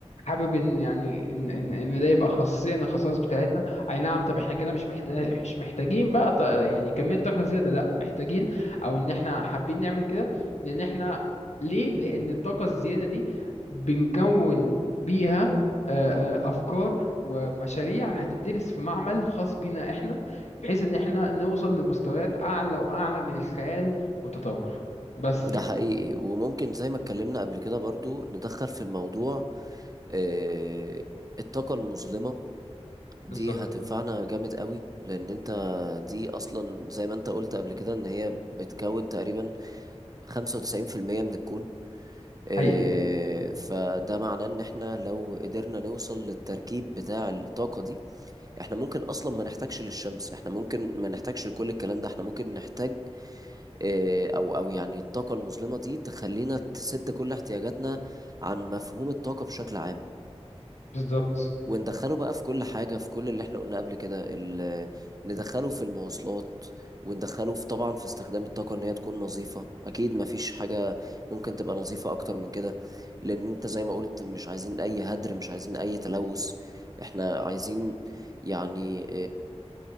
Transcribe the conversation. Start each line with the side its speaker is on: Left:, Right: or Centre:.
Left: حابب إن يعني إن إن إن ده يبقى خاصية من الخصائص بتاعتنا أي نعم طب إحنا كده مش محتاج مش محتاجين بقى ط- يعني كمية طاقة زيادة لأ محتاجين أو إن إحنا حابين نعمل كده لأن إحنا ليه؟ لأن الطاقة الزيادة دي بنكون بيها آه، آه، أفكار ومشاريع هتدرس في معمل خاص بينا إحنا بحيث ان احنا نوصل لمستويات اعلى واعلى من الخيال والتطور بس
Right: ده
Left: يعني
Right: حقيقي وممكن زي ما اتكلمنا قبل كده برضو ندخل في الموضوع آه، الطاقة المظلمة دي
Left: بالظبط
Right: هتنفعنا جامد قوي لأن أنت دي أصلا زي ما أنت قلت قبل كده إن هي بتكون تقريبا 95% من الكون آه،
Left: حقيقي
Right: فده معناه إن إحنا لو قدرنا نوصل للتركيب بتاع الطاقة دي إحنا ممكن أصلا ما نحتاجش للشمس إحنا ممكن ما نحتاجش لكل الكلام ده إحنا ممكن نحتاج إيه، او او يعني الطاقه المظلمه دي تخلينا تسد كل احتياجاتنا عن مفهوم الطاقه بشكل عام
Left: بالظبط
Right: وندخله بقى في كل حاجه في كل اللي احنا قلنا قبل كده ال- ندخله في المواصلات وندخله في طبعا في استخدام الطاقه ان هي تكون نظيفه اكيد مفيش حاجه ممكن تبقى نظيفه اكتر من كده لان انت زي ما قلت مش عايزين اي هدر مش عايزين اي تلوث احنا عايزين يعني